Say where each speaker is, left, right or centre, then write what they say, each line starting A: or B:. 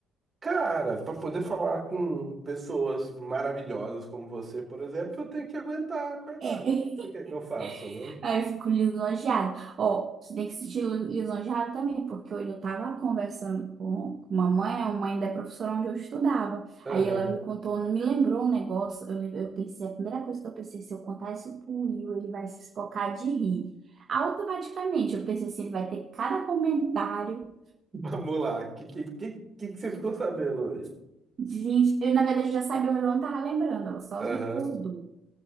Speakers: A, on the right; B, on the right.
A: Cara, para poder falar com pessoas maravilhosas como você, por exemplo, eu tenho que aguentar acordar.
B: É. <laughs>
A: O que que você quer que eu faça, né?
B: Aí eu fico lisonjeada. Ó, você tem que se sentir lisonjeada também, porque hoje eu tava conversando com com uma mãe, a mãe da professora onde eu estudava.
A: Aham.
B: Aí ela me contou, me lembrou um negócio. Eu, eu pensei, a primeira coisa que eu pensei, se eu contar isso pro Will, ele vai se espocar de rir. Automaticamente, eu pensei assim, ele vai ter cada comentário.
A: <laughs> Vamos lá. O que, que, que, que que você ficou sabendo hoje?
B: Gente, eu na verdade já sabia, mas eu não tava lembrando, ela só
A: Aham,
B: recordou.